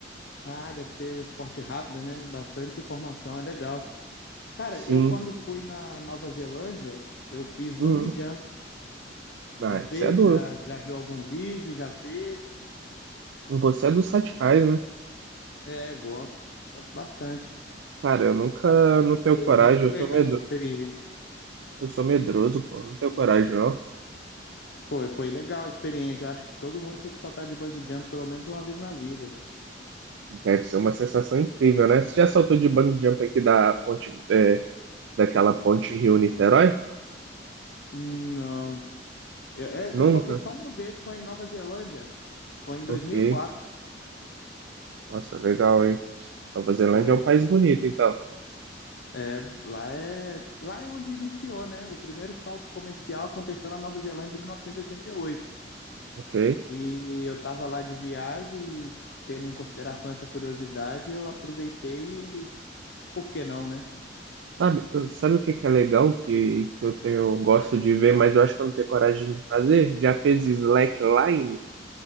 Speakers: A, on the left; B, on the right.
A: Ah, deve ser um esporte rápido, né? Bastante informação, é legal. Cara,
B: Sim.
A: eu quando fui na Nova Zelândia, eu fiz
B: Uhum.
A: bungee jump. Já
B: Ah,
A: fez?
B: isso é doido.
A: Já, já viu algum vídeo? Já fez?
B: Você é dos radicais, né?
A: É, eu gosto. Gosto bastante.
B: Cara, eu nunca
A: Cara, foi,
B: não tenho
A: foi
B: coragem,
A: muito
B: eu
A: legal
B: sou medo,
A: a experiência.
B: eu sou medroso, pô, não tenho coragem, não.
A: Foi, foi legal a experiência. Eu acho que todo mundo tinha que saltar de bungee jump pelo menos uma vez na vida.
B: Deve ser uma sensação incrível, né? Você já saltou de bungee jump aqui da ponte, é, daquela ponte Rio-Niterói?
A: Não. Eu, é,
B: Nunca?
A: eu saltei só uma vez, foi em Nova Zelândia. Foi em 2004.
B: Ok. Nossa, legal, hein? Nova Zelândia
A: Foi.
B: é um país bonito, então.
A: É, lá é, lá é onde iniciou, né? O primeiro salto comercial aconteceu na Nova Zelândia em 1988.
B: Ok.
A: E eu tava lá de viagem e tendo em consideração essa curiosidade, eu aproveitei e por que não, né?
B: Sabe, sabe o que que é legal que, que eu tenho, eu gosto de ver, mas eu acho que eu não tenho coragem de fazer? Já fez slackline?